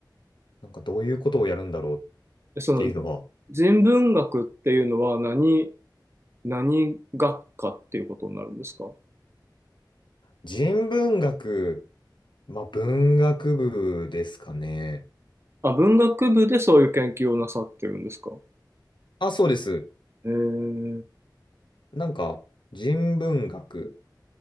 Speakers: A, on the left; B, on the right.
A: なんかどういうことをやるんだろうっ
B: でその
A: ていうのは、
B: 人文学っていうのは何、何学科っていうことになるんですか
A: 人文学、まあ文学部ですかね。
B: あ、文学部でそういう研究をなさってるんですか
A: あ、そうです。
B: えー、
A: なんか人文学、